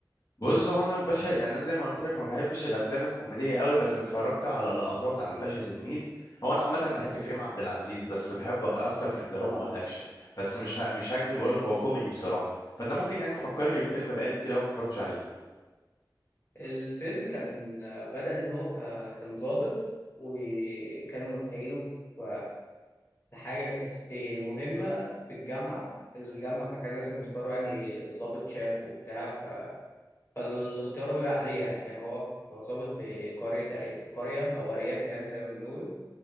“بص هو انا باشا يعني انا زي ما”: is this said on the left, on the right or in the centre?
Left